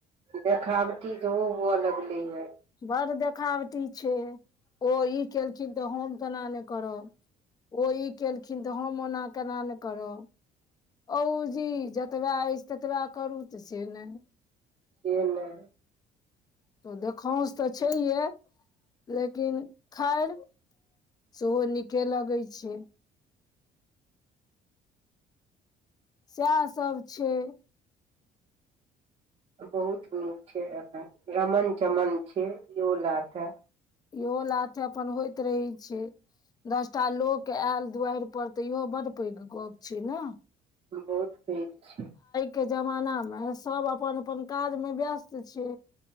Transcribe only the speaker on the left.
बड़ देखावटी छै ओ ई केलखिन तऽ हम केना नइ करब ओ ई केलखिन तऽ हम ओना केना नै करब ओऊजी जतबा अछि ततबा करू तऽ से नइ
तऽ देखाउश तऽ छैहे लेकिन खैर सेहो नीके लगैत छै सएह सभ छै
इहो लाथे अपन होइत रहै छै दसटा लोक एल दुआरि पर तऽ इहो बड पैघ गप छै ने
के जमाना मे सब अपन अपन काजमे व्यस्त छै